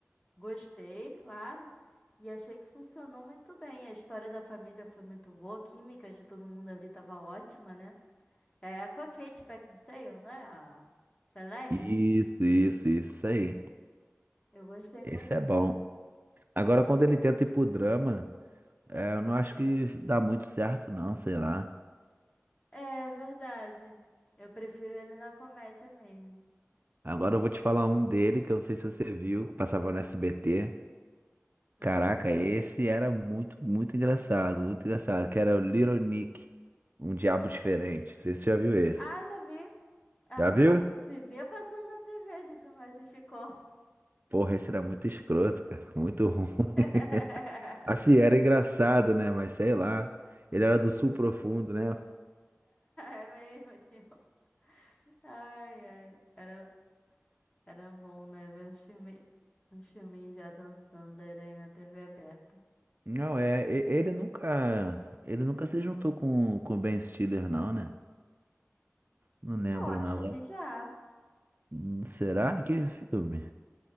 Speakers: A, on the left; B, on the right.
A: Gostei, claro, e achei que funcionou muito bem. A história da família foi muito boa, a química de todo mundo ali tava ótima, né? É, com a Kate Beckinsale, né? A Selene.
B: Isso, isso, isso, isso aí.
A: Eu gostei
B: Esse
A: muito
B: é
A: dela.
B: bom. Agora, quando ele tenta ir pro drama, é, eu não acho que dá muito certo, não, sei lá.
A: É verdade. Eu prefiro ele na comédia mesmo.
B: Agora eu vou te falar um dele que eu não sei se você viu, que passava no SBT.
A: Hum.
B: Caraca, esse era muito, muito engraçado, muito engraçado, que era o Little Nick, um diabo diferente. Não sei se você já viu esse.
A: Ah, já vi. Ah,
B: Já viu?
A: pa- Vivia passando na TV, a gente não vai assistir como.
B: Porra, esse era muito escroto, cara, muito ruim. <laughs>
A: <laughs>
B: Assim, era engraçado, né? Mas sei lá. Ele era do sul profundo, né?
A: É mesmo, tio. Ai, ai. Era, era bom, né? Ver um filme, um filminhos já dançando era aí na TV aberta.
B: Não, é, e- ele nunca, ele nunca se juntou com com o Ben Stiller, não, né? Não lembro,
A: Eu acho
B: não. Agora,
A: que já.
B: hum, Será que filme?